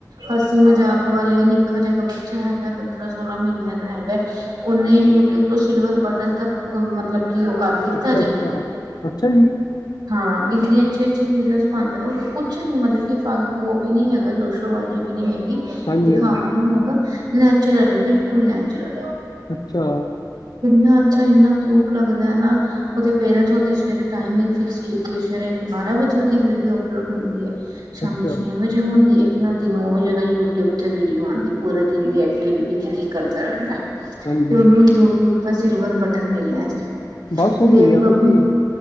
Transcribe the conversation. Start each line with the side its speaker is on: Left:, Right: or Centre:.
Right: ਹਾਸੀ ਮਜ਼ਾਕ ਵਾਲੇ ਨਿੱਕਾ ਜਿਹਾ ਬੱਚਾ ਹੈਗਾ ਪੰਦਰਾਂ ਸੋਲਾਂ ਮਹੀਨੇ। ਹੈਗਾ ਉਹਨੇ ਯੂਟਿਊਬ ਤੋਂ ਸਿਲਵਰ ਬਟਨ ਤੱਕ ਮਤਲਬ ਕੀ ਉਹ ਕਰ। ਲਿੱਤਾ
Left: ਅੱਛਾ-ਅੱਛਾ-ਅੱਛਾ
Right: ਜੇ
Left: ਜੀ
Right: ਹਾਂ ਇੰਨੀ ਅੱਛੀ-ਅੱਛੀ ਵੀਡੀਓਜ਼ ਪਾਉਂਦਾ ਕੁਛ ਨੀ ਮਤਲਬ ਕਿ ਫਾਲਤੂ ਉਹ ਵੀ ਨੀ ਹੈਗਾ। ਸ਼ੋ ਬਾਜ਼ੀ ਵੀ ਨੀ ਹੈਗੀ
Left: ਹਾਂਜੀ
Right: ਦਿਖਾਵਾ
Left: ਹਾਂਜੀ
Right: ਨੀ ਹੈਗਾ। ਨੈਚੁਰਲ ਬਿਲਕੁਲ ਨੈਚੁਰਲ
Left: ਅੱਛਾ
Right: ਕਿੰਨਾ ਅੱਛਾ ਇੰਨਾ ਕਿਊਟ ਲੱਗਦਾ ਹੈ ਨਾ। ਉਹਦੇ ਪੇਰੈਂਟਸ ਉਹਦੀ ਸਵੇਰੇ ਟਮਿੰਗ ਫਿਕਸ ਕੀਤੀ ਹੋਈ। ਸਵੇਰੇ ਬਾਰਾਂ ਵਜੇ ਉਹਦੀ ਵੀਡੀਓ ਅਪਲੋਡ ਹੁੰਦੀ ਹੈ। ਸ਼ਾਮੀ
Left: ਅੱਛਾ
Right: ਛੇ ਵਜੇ ਹੁੰਦੀ ਇੱਕ ਰਾਤੀ ਨੋ ਵਜੇ ਦਾ ਯੂਟਿਊਬ ਤੇ ਵੀਡੀਓ ਆਉਂਦੀ। ਪੂਰੇ ਦਿਨ ਦੀ ਐਕਟੀਵਿਟੀ ਚ ਜੋ ਕਰਦਾ ਰਹਿੰਦਾ।
Left: ਹਾਂਜੀ
Right: ਤੇ ਉਹਨੂੰ ਯੂਟਿਊਬ ਦਾ ਸਿਲਵਰ ਬਟਨ ਮਿਲਿਆ ਜੇ।
Left: ਬਸ ਉਹੀ
Right: ਦੇਖ
Left: ਮਿਲਿਆ
Right: ਲਓ
Left: ਵਾ ਜੀ।
Right: ਵੀ